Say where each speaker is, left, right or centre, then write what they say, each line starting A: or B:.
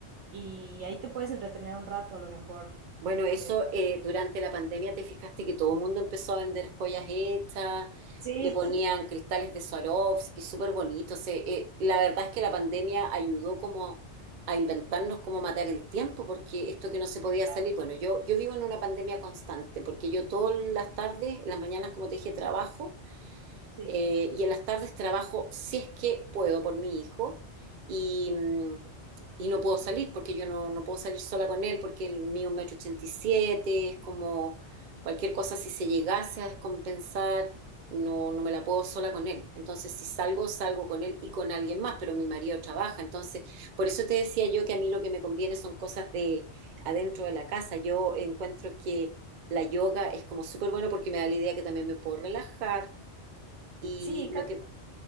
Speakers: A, on the right; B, on the right.
A: y ahí te puedes entretener un rato, a lo mejor,
B: Bueno, eso
A: también. por
B: eh, durante la pandemia te fijaste que todo el mundo empezó a vender joyas hechas,
A: Sí,
B: le ponían
A: <laughs>
B: cristales de Swarovski, súper bonitos. eh, eh, la verdad es que la pandemia ayudó como a inventarnos cómo matar el tiempo, porque esto que no se
A: sí,
B: podía
A: claro,
B: salir, bueno, yo, yo vivo en una pandemia constante, porque yo todas las tardes, las mañanas, como te dije, trabajo
A: sí,
B: Eh, y en las tardes trabajo si es que puedo por mi hijo y, mm, y no puedo salir porque yo no, no puedo salir sola con él porque el mío es un metro ochenta y siete, es como cualquier cosa si se llegase a descompensar, no, no me la puedo sola con él. Entonces si salgo,
A: sí.
B: salgo con él y con alguien más, pero mi marido trabaja. Entonces, por eso te decía yo que a mí lo que me conviene son cosas de adentro de la casa. Yo encuentro que... La yoga es como súper bueno porque me da la idea que también me puedo relajar, y
A: Sí, ca-
B: lo que,